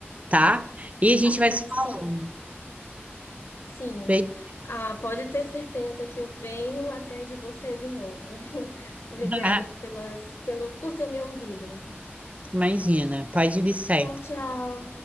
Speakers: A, on the right; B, on the left.
A: tá? E a gente
B: Ah,
A: vai se falando.
B: sim. Sim,
A: Beijo.
B: ah, pode ter certeza que eu venho atrás de você de novo. <laughs> Obrigada
A: Ah,
B: pelas, pelo, por ter me ouvido.
A: imagina, pode vir sempre.
B: Tchau, tchau.